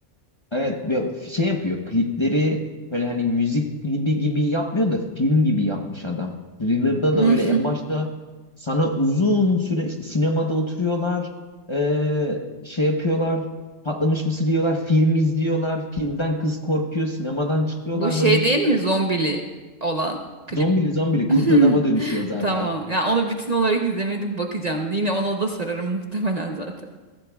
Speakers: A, on the left; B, on the right.
A: Evet bir- şey yapıyor klipleri böyle hani müzik klibi gibi yapmıyor da film gibi yapmış adam. Thriller'da
B: <laughs>
A: da
B: Hı.
A: öyle en başta sana uzun süre işte sinemada oturuyorlar ee, şey yapıyorlar patlamış mısır yiyorlar film izliyorlar filmden kız korkuyor sinemadan çıkıyorlar
B: Bu şey
A: böyle
B: değil mi zombili olan klip?
A: zombili zombili kurt
B: <laughs>
A: adama dönüşüyor zaten.
B: Tamam. Yani onu bütün olarak izlemedim bakacağım. Yine ona da sararım muhtemelen zaten.